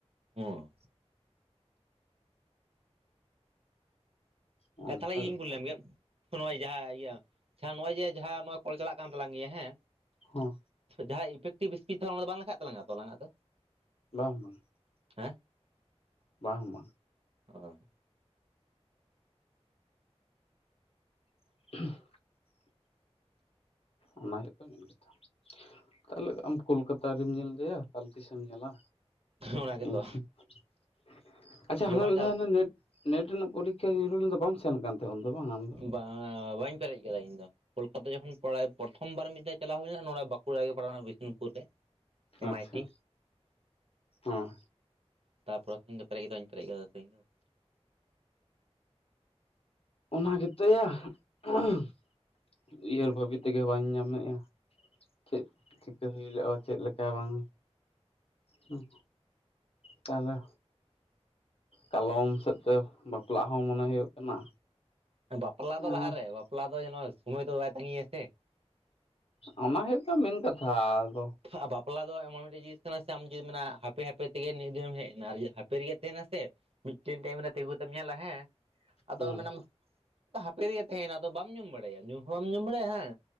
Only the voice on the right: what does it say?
ᱚ
ᱛᱟᱦᱚᱞᱮ ᱤᱧᱤᱧ
ᱠᱩᱞᱤ ᱞᱮᱢ ᱜᱮ ᱱᱚᱜᱼᱚᱭ ᱡᱟᱦᱟᱸ ᱤᱭᱟᱹ ᱟᱪᱪᱷᱟ ᱱᱚᱜᱼᱚᱭ ᱡᱮ ᱡᱟᱦᱟᱸ ᱱᱚᱜᱼᱚᱭ ᱠᱚᱞ ᱪᱟᱞᱟᱜ ᱠᱟᱱ ᱛᱟᱞᱟᱝ ᱜᱮᱭᱟ ᱦᱮᱸ
ᱡᱟᱦᱟᱸᱭ ᱤᱯᱷᱮᱠᱴᱤ ᱵᱤᱥᱯᱤ ᱛᱚ ᱚᱱᱟ ᱫᱚ ᱵᱟᱝ ᱞᱮᱠᱷᱟᱜ ᱛᱟᱞᱟᱝ-ᱟ ᱛᱚ ᱟᱞᱟᱝ ᱟᱜ ᱫᱚ ᱾
ᱦᱮᱸ ᱾
ᱚ
ᱚᱱᱟ ᱜᱮᱛᱚ
ᱡᱚᱠᱷᱚᱱ
ᱡᱟ
ᱵᱟᱝᱼᱟ ᱵᱟᱹᱧ ᱯᱮᱨᱮᱡ ᱠᱟᱫᱟ ᱤᱧ ᱫᱚ ᱠᱚᱞᱠᱟᱛᱟ ᱡᱚᱠᱷᱚᱱ ᱯᱟᱲᱟᱭ ᱮ ᱯᱨᱚᱛᱷᱚᱢ ᱵᱟᱨ ᱢᱤᱫ ᱫᱷᱟᱣ ᱪᱟᱞᱟᱣ ᱦᱩᱭᱱᱟ ᱟᱨ ᱱᱚᱸᱲᱮ ᱵᱟᱹᱠᱩᱲᱟ ᱨᱮ ᱯᱟᱲᱟᱣ ᱞᱮᱱᱟ ᱵᱤᱥᱱᱩᱯᱩᱨ ᱨᱮ ᱮᱢ
ᱟᱤ ᱴᱤ
ᱛᱟᱯᱚᱨᱮ ᱠᱷᱚᱱ ᱫᱚ ᱯᱮᱨᱮᱡ ᱜᱮᱛᱚ ᱵᱟᱹᱧ ᱯᱮᱨᱮᱡ ᱠᱟᱫᱟ ᱛᱚ ᱤᱧ ᱫᱚ
ᱵᱟᱯᱞᱟ ᱫᱚ
ᱞᱟᱦᱟ ᱨᱮ ᱵᱟᱯᱞᱟ ᱫᱚᱭ ᱱᱚᱣᱟ ᱥᱚᱢᱚᱭ ᱫᱚ ᱵᱟᱭ ᱛᱟᱹᱝᱜᱤᱭᱟ ᱥᱮ
ᱟ ᱵᱟᱯᱞᱟ ᱫᱚ ᱮᱢᱚᱱ ᱢᱤᱫᱴᱮᱡ ᱡᱤᱱᱤᱥ ᱠᱟᱱᱟ ᱥᱮ ᱟᱢ ᱡᱩᱫᱤᱢ ᱢᱮᱱᱟ ᱦᱟᱯᱮ ᱦᱟᱯᱮ ᱛᱮᱜᱮ ᱱᱤᱱ ᱫᱤᱱᱮᱢ ᱦᱮᱡ ᱮᱱᱟ᱾ ᱟᱨ ᱡᱩᱫᱤ ᱦᱟᱯᱮ ᱨᱮᱜᱮ ᱛᱟᱦᱮᱱᱟ ᱥᱮ ᱢᱤᱫᱴᱮᱱ ᱴᱟᱭᱤᱢ ᱨᱮ ᱛᱤᱸᱜᱩ ᱠᱟᱛᱮᱢ ᱧᱮᱞᱟ ᱦᱮᱸ ᱟᱫᱚ
ᱢᱟᱱᱮᱢ ᱦᱟᱯᱮ ᱨᱮᱜᱮ ᱛᱟᱦᱮᱱᱟ ᱟᱫᱚ ᱵᱟᱢ ᱧᱩᱢ ᱵᱟᱲᱟᱭᱟ ᱧᱩ ᱦᱚᱸ ᱵᱟᱢ ᱧᱩᱢ ᱵᱟᱲᱟᱭᱟ ᱦᱮᱸ